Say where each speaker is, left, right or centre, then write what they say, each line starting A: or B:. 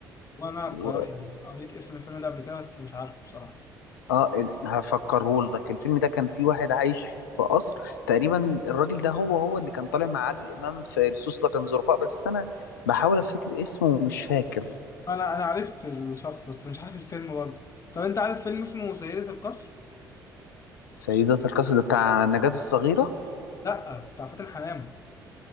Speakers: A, on the left; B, on the left.
A: وانا
B: و...
A: قا- يعني قريت اسم الفيلم ده قبل كده بس مش عارفه بصراحه
B: اه هفكره لك الفيلم ده كان فيه واحد عايش في قصر تقريبا الراجل ده هو هو اللي كان طالع مع عادل امام في لصوص لكن ظرفاء بس انا بحاول افتكر اسمه ومش فاكر
A: انا انا عرفت الشخص بس مش عارف الفيلم برضه طب انت عارف فيلم اسمه سيدة القصر
B: سيدة القصر ده بتاع نجاة الصغيرة
A: لا بتاع فاتن حمامة